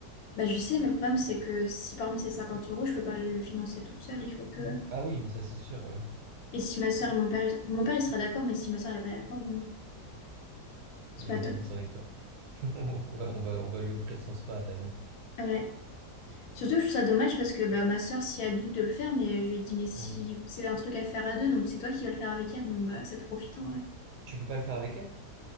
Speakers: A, on the left; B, on the right.
A: Bah, je sais, mais le problème, c'est que si par exemple c'est 50 euros, je peux pas le financer toute seule. Il faut que.
B: Ah oui, mais ça, c'est sûr, ouais.
A: Et si ma soeur et mon père, ils- mon père il sera d'accord, mais si ma soeur n'est pas d'accord, bon, c'est
B: Je
A: pas
B: le finance
A: top.
B: avec toi. <laughs> On va, on va, on va lui offrir son spa à ta mère.
A: Ouais. Surtout, je trouve ça dommage parce que bah, ma soeur, si elle doute de le faire, mais je lui ai dit, mais si
B: Hmm.
A: c'est un truc à faire à deux, donc c'est toi qui vas le faire avec elle, donc bah, ça profite en vrai.
B: Tu peux pas le faire avec elle?